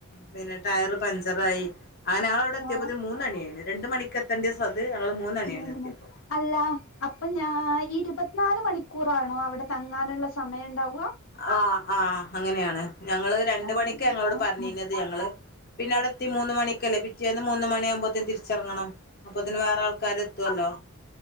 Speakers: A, on the left; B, on the left.
A: പിന്നെ ടയർ പഞ്ചറായി. അങ്ങനെ ഞങ്ങള് അവിടെ എത്തിയപ്പോത്തിന്
B: ആഹ്
A: മൂന് മണി കഴിഞ്ഞു രണ്ട് മണിക്ക് എത്തേണ്ട സ്ഥലത്ത് അത് ഞങ്ങള് മൂന് മണിയായി
B: മൂന്ന്
A: എത്തിയപ്പോ
B: മണി അല്ല അപ്പൊ ഞാ ഈ ഇരുപത്തിനാല് മണിക്കൂറാണോ അവടെ തങ്ങാനുള്ള സമയം ഇണ്ടാവ?
A: ആഹ്, ആഹ് അങ്ങനെയാണ് ഞങ്ങള് രണ്ട്
B: അങ്ങനെ
A: മണിക്കാ ഞങ്ങളോട്
B: ആ
A: പറഞ്ഞീനത് ഞങ്ങള്- പിന്നെ അവുടെത്തി മൂന്ന്മണിക്കല്ലേ പിറ്റേന്ന് മൂന്ന് മണിയാമ്പോത്തിനും തിരിച്ച് ഇറങ്ങണം. അപ്പൊതിന് വേറെ ആൾക്കാര് എത്തുവല്ലോ